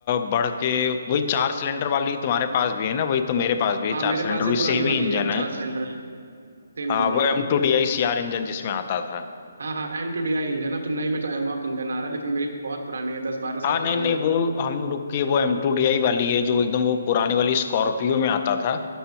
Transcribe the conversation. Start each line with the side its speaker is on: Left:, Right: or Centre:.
Left: बढ़ के वही चार सिलेंडर वाली तुम्हारे पास भी है ना वही तो मेरे पास भी है
Right: हाँ
Left: चार
Right: मेरे
Left: सिलेंडर
Right: पास
Left: भी
Right: ये पुरानी
Left: सेम
Right: वाली
Left: ही इंजन
Right: है चार
Left: है
Right: सिलेंडर सेम
Left: हाँ
Right: इंजन है
Left: वो M
Right: भैया
Left: two D I C R engine जिसमें आता था
Right: हाँ हाँ M two D I engine है अब तो नई में तो एमहॉक इंजन आ रहा है लेकिन मेरी बहुत पुरानी है दस बारह
Left: हाँ
Right: साल
Left: नहीं
Right: पुरानी
Left: नहीं
Right: है
Left: वो हम लोग की वो एम टू डी आई वाली है जो एकदम वो पुरानी वाली स्कॉर्पियो में आता था